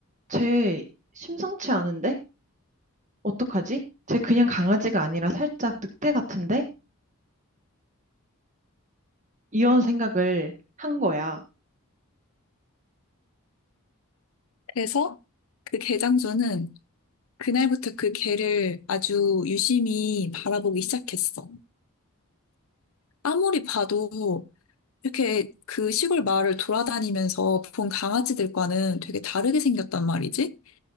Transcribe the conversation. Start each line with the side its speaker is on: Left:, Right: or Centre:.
Right: 쟤 심상치 않은데? 어떡하지? 쟤 그냥 강아지가 아니라 살짝 늑대 같은데? 이런 생각을 한 거야.
Left: 그래서 그 개장수는 그날부터 그 개를 아주 유심히 바라보기 시작했어. 아무리 봐도 이렇게 그 시골 마을을 돌아다니면서 본 강아지들과는 되게 다르게 생겼단 말이지.